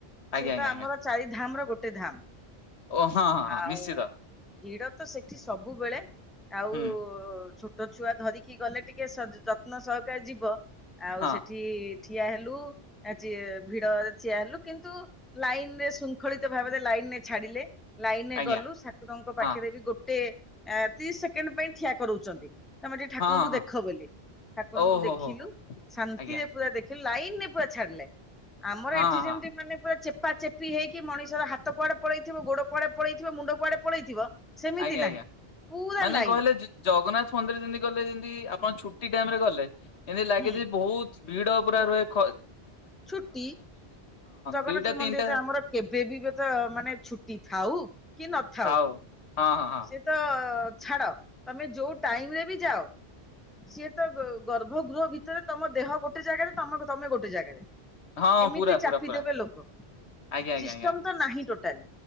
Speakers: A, on the left; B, in the centre.
A: ଆଜ୍ଞା
B: ସିଏ
A: ଆଜ୍ଞା
B: ତ
A: ଆଜ୍ଞା
B: ଆମର ଚାରି ଧାମ ର ଗୋଟେ ଧାମ
A: ଓ ହଁ ହଁ ହଁ
B: ଆଉ
A: ନିଶ୍ଚିତ
B: ଭିଡ ତ ସେଠି ସବୁବେଳେ ଆଉ
A: ହୁଁ
B: ଛୋ ଟ ଛୁଆ ଧରିକି ଗଲେ ଟିକେ ଯତ୍ନ ସହକ ଯିବ। ଆଉ
A: ହଁ
B: ସେଠି ଠିଆ ହେଲୁ ଆଜି ଭିଡ ଠୀଆ ହେଲୁ କିନ୍ତୁ ଲାଇନରେ ଶୃଙ୍ଖଳିତ ଭାବରେ ଲାଇନ ରେ ଛାଡିଲେ। ଲାଇନରେ
A: ଆଜ୍ଞା
B: ଗଲୁ ଠାକୁରଙ୍କ ପାଖରେ
A: ହଁ
B: ବି ଗୋଟେ ତିରିଶ ସେକେଣ୍ଡ ପାଇଁ ଠିଆ କରୁଛି। ଚନ୍ତି ତମେ ଟିକେ ଠାକୁରଙ୍କୁ
A: ହଁ ହଁ ହଁ
B: ଦେଖ ବୋଲି ଠାକୁରଙ୍କୁ
A: ଓହୋ
B: ଦେଖିଲୁ
A: ହୋ ହୋ
B: ଶାନ୍ତିରେ
A: ଆଜ୍ଞା
B: ପୁରା ଦେ ଲାଇନ ରେ <unintelligible> ଛାଡ଼ିଲେ। ଆମର
A: ହଁ
B: ଏଠି
A: ହଁ
B: ଯେମିତି
A: ହଁ
B: ମାନେ ପା ଚେପା ଚେପି ହେଇକି ମଣିଷ ହାତ କୁଆଡେ ପଳେଇଥିବ ଗୋଡ କୁଆଡେ ପଳେଇଥିବ ମୁଣ୍ଡ କୁଆଡେ ପଳେଇଥିବ। ସେମିତି
A: ଆଜ୍ଞା
B: ନାହିଁ
A: ଆଜ୍ଞା
B: ପୁରା
A: ମାନେ
B: ଲାଇନ
A: କହିଲେ ଜଗନ୍ନାଥ ମନ୍ଦିର ଯେମତି କହିଲ ଯେମିତି ଆ ଆପଣ ଛୁଟି ଟାଇମ ରେ ଗଲେ। ଏମିତି ଲାଗେ
B: ହୁଁ
A: ଯେ ବହୁତ। ଭିଡ ପୁରା ରୁହେ ଖ
B: ଛୁଟି ଜଗନ୍ନାଥ
A: ଦୁଇଟା ତିନିଟା
B: ମନ୍ଦିର ତ ଆମର କେବେ ବି ତ ମାନେ ଛୁଟି ଥାଉ କି ନଥାଉ।
A: ହଉ ହଁ ହଁ ହଁ
B: ସେ ତ। ଛାଡ ତମେ ଯୋଉ ଟାଇମ ରେ ବି ଯାଅ ସିଏ ତ ଗର୍ଭ ଗୃହ ଭିତରେ ତମ ଦେହ ଗୋଟେ ଜାଗାରେ ତମେ ତମେ ଗୋଟେ ଜାଗାରେ।
A: ହଁ
B: ଏମିତି
A: ପୁରା
B: ଚାପି
A: ପୁର ପ
B: ଦେବେ ଲୋକ
A: ଆଜ୍ଞା
B: ସିଷ୍ଟମ
A: ଆଞ ଆଞ
B: ତ ନାହିଁ ଟୋଟାଲି